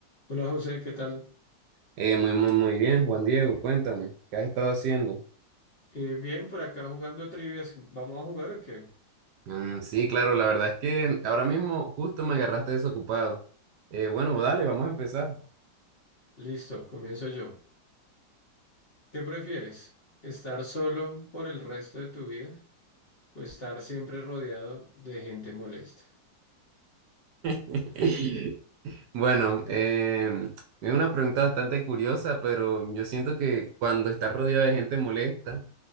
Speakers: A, on the left; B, on the right.
A: Hola José, ¿qué tal?
B: Eh, muy, muy, muy bien, Juan Diego, cuéntame, ¿qué has estado haciendo?
A: Eh, bien, por acá jugando trivias. ¿Vamos a jugar o qué?
B: Mm, sí, claro, la verdad es que ahora mismo justo me agarraste desocupado. Eh, bueno, dale, vamos a empezar.
A: Listo, comienzo yo. ¿Qué prefieres? ¿Estar solo por el resto de tu vida o estar siempre rodeado de gente molesta? <laughs>
B: <laughs> Bueno, em, es una pregunta bastante curiosa, pero yo siento que cuando estás rodeado de gente molesta,